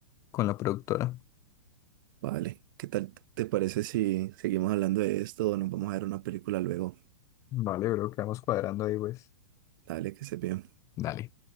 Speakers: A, on the left; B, on the right.
A: con la productora.
B: Vale, ¿qué tal te parece si seguimos hablando de esto o nos vamos a ver una película luego?
A: Vale, creo que vamos cuadrando ahí, pues.
B: Dale, que se bien.
A: Dale.